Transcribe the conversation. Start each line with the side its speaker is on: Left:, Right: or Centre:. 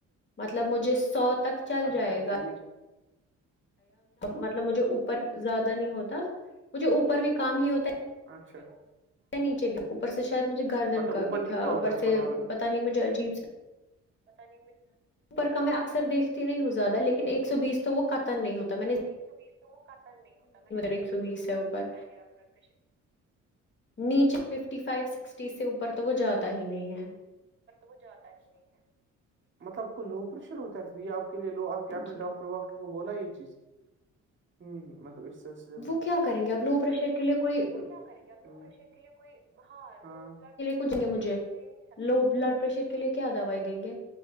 Left: مطلب مجھے سو تک چل
Right: اچھا
Left: جائے
Right: ٹھیک
Left: گا مطلب مجھے اوپر زیادہ نہیں ہوتا مجھے اوپر بھی کام ہی ہوتا
Right: اچھا
Left: نیچے بھی اوپر سے شاید مجھے گردن کا
Right: اوپر
Left: بھی تھا
Right: کتنا ہوتا
Left: اوپر
Right: ہے
Left: سے
Right: والا
Left: پتا نہیں مجھے عجیب سے
Right: <inaudible>
Left: اوپر کا میں اکثر دیکھتی نہیں ہوں زیادہ لیکن ایک سو بیس تو وہ قطا نہیں ہوتا میں نے
Right: سو بیس تو وہ قطان نہیں ہوتا میں نے زندگی
Left: ایک سو بیس
Right: میں کبھی
Left: اوپر
Right: نہیں دیکا ہے میرا ب
Left: نیچے ففٹی فائیو سکسٹی سے اوپر تو وہ جاتا ہی نہیں ہے
Right: وہ جاتا ہی نہیں مطلب آپ کو لو پریشر ہوتا ہے اسلے آپ کے لیے لو آپ کہ آ نے
Left: جی
Right: ڈاکٹر واکٹر کو بولا یہ چیز ہوں مطلب اس سلسلے
Left: وہ کیا کریں گے اب لو پرریشر کے لیے کوئی
Right: وہ کیا کریں گے لو پریشر کے لیے کوئی ہاے بلڈ پرریشر
Left: کچھ دیں گے
Right: کے لیے
Left: مجھے
Right: کچھ دین
Left: لو بلڈ پریشر کے لیے کیا دوائی دیں گے